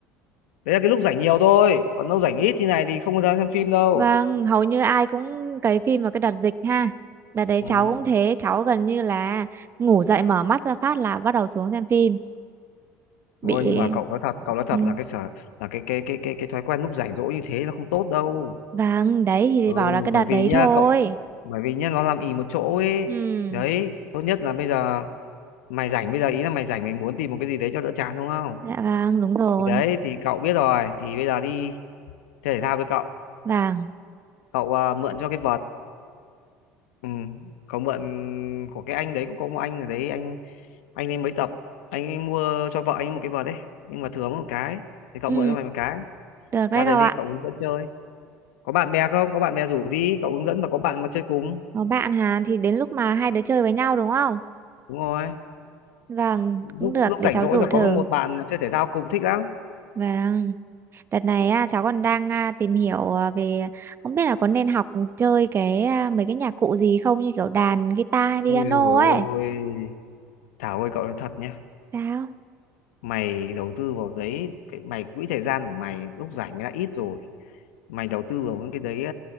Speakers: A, on the left; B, on the right.
A: đấy là cái lúc rảnh nhiều thôi còn lúc rảnh ít như này thì không có ra xem phim đâu
B: Vâng, hầu như ai cũng cày phim vào cái đợt dịch ha. Đợt đấy
A: ừ.
B: cháu cũng thế, cháu gần như là ngủ dậy mở mắt ra phát là bắt đầu xuống xem phim bị
A: thôi nhưng mà cậu nói thật cậu nói thật
B: ừ.
A: là cái sở là cái cái cái cái cái thói quen lúc rảnh rỗi như thế là không tốt đâu
B: vâng đấy thì
A: ừ
B: bảo là cái đợt
A: bởi
B: đấy
A: vì nhá
B: thôi
A: cậu bởi vì nhá nó làm ì một chỗ ấy
B: ừ.
A: đấy tốt nhất là bây giờ mày rảnh bây giờ ý là mày rảnh mày muốn tìm một cái gì đấy cho đỡ chán đúng không
B: dạ vâng đúng rồi
A: thì đấy thì cậu biết rồi thì bây giờ đi chơi thể thao với cậu
B: vâng
A: cậu à, mượn cho cái vợt ừ. cậu mượn của cái anh đấy cũng có một anh ở đấy anh anh ấy mới tập anh ấy mua cho vợ anh ấy một cái vợt đấy nhưng mà thừa mất một cái thì cậu
B: ừ.
A: mượn cho mày một cái
B: được đấy
A: ra đấy
B: cậu
A: đi
B: ạ
A: cậu hướng dẫn chơi có bạn bè không có bạn bè rủ đi cậu hướng dẫn mà có bạn mà chơi cùng
B: có bạn Hàn thì đến lúc mà hai đứa chơi với nhau đúng không
A: đúng rồi
B: vâng cũng
A: lúc
B: được
A: lúc
B: để
A: rảnh
B: cháu
A: rỗi
B: rủ
A: và
B: thử
A: có một bạn mà chơi thể thao cùng thích lắm
B: vâng đợt này á, cháu còn đang à, tìm hiểu à, về không biết là có nên học chơi cái à, mấy cái nhạc cụ gì không như kiểu đàn guitar hay piano
A: ui dồi
B: ấy
A: ôi Thảo ơi cậu nói thật nhá
B: sao
A: mày đầu tư vào đấy cái- mày quỹ thời gian của mày lúc rảnh mày đã ít rồi mày đầu tư vào những cái đấy